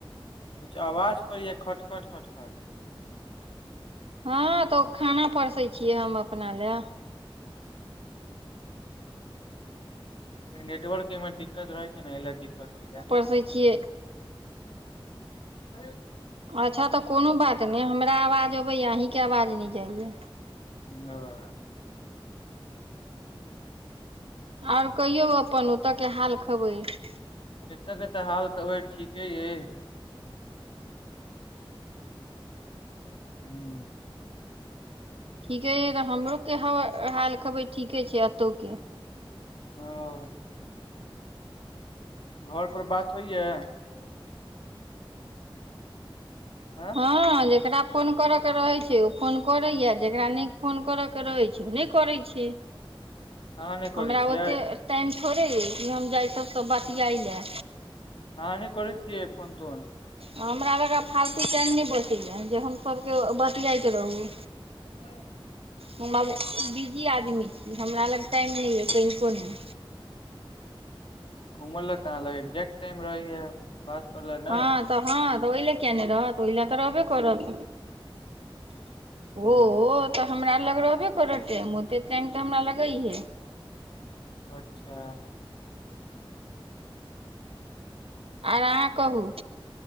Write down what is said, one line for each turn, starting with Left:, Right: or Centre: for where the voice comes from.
Left: कुछ आवाज पैरैया खटखट खट खट
Right: हँ तऽ ओ खाना परसै छियै हम अपना लए
Left: नेटवर्क के मे दिक्कत रहै ना एला दिककत होयया
Right: कसैय छिय
Left: <unintelligible>
Right: अच्छा तऽ कोनो बात नहि हमरा आवाज अबैएा अहीँके आवाज नहि जाइया
Left: ह
Right: आओर कहियौ अपन ओतय के हाल खबैर
Left: एतऽ क तऽ हाल खबर ठीके य हुँ
Right: ठीके यइ तऽ हमरोके ह हाल खबैर ठीके छै एतहुके
Left: ओ घर पर बात होइया आँ
Right: ह जेकरा फोन करे के रहे छै ओ फोन करे या जेकरा नई फोन करे के रहे छै ओ नहि करै छै
Left: अहाँ नहि
Right: हमरा
Left: करै छियै
Right: ओतेक टाइम थोड़े अइ कि हम जाय सभसँ बतियाय लाय
Left: अहा नई कर छिय फोन तोन
Right: हमरा ल कऽ फालतू टाईम नहि बचैए जे हमसभके बतियाइत रहू
Left: आ <inaudible>
Right: हम आब बिजी आदमी छी हमरा लग टाइम नहि यऽ कनिकोने
Left: घुम ल अहाँ लंग एल्जेक्ट टाइम रहै या बात करैय ला नहि
Right: हँ तऽ हँ तऽ ओहि ल किया नहि रहत ओहि ल तऽ रहबे करत
Left: ह
Right: ओ त हमरा लग रहबे कर टाइम ओते टाइम तऽ हमरा लगैहे
Left: अच्छा
Right: आर अहाँ कहू